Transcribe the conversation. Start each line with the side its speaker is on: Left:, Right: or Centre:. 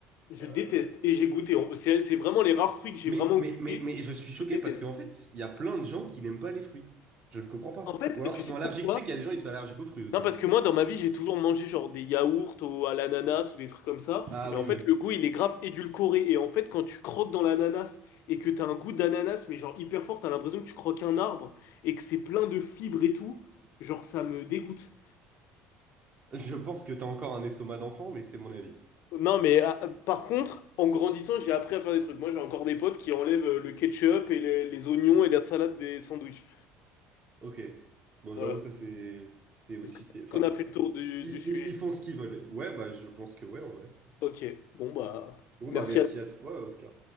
Left: Je
Right: Euh,
Left: déteste. Et j'ai goûté. C'est c'est vraiment les rares fruits que j'ai
Right: mais,
Left: vraiment
Right: mais,
Left: goûté.
Right: mais, mais je suis choqué
Left: Je déteste.
Right: parce qu'en fait, il y a plein de gens qui n'aiment pas les fruits. Je ne comprends pas.
Left: En fait,
Right: Ou alors
Left: tu
Right: qu'ils
Left: sais
Right: sont allergiques.
Left: pourquoi?
Right: Tu sais qu'il y a des gens, ils sont allergiques aux fruits aussi.
Left: Non, parce
Right: hein.
Left: que moi, dans ma vie, j'ai toujours mangé genre des yaourts au- à l'ananas ou des trucs comme ça.
Right: Ah
Left: Et
Right: oui,
Left: en fait,
Right: ouais.
Left: le goût, il est grave édulcoré. Et en fait, quand tu croques dans l'ananas et que t'as un goût d'ananas, mais genre hyper fort, t'as l'impression que tu croques un arbre et que c'est plein de fibres et tout. Genre, ça me dégoûte.
Right: Je pense que t'as encore un estomac d'enfant, mais c'est mon avis.
Left: Non, mais ah, par contre, en grandissant, j'ai appris à faire des trucs. Moi, j'ai encore des potes qui enlèvent euh, le ketchup et les, les oignons et la salade des sandwichs.
Right: Ok. Bon,
Left: Voilà.
Right: j'avoue, ça, c'est c'est aussi...
Left: Est-ce que-
Right: t- Enfin,
Left: qu'on a fait le tour du,
Right: ils,
Left: du sujet?
Right: ils- ils font ce qu'ils veulent. Ouais, bah, je pense que ouais, en vrai.
Left: Ok, bon, bah,
Right: Bon,
Left: merci
Right: bah, merci
Left: à
Right: à toi, Oscar.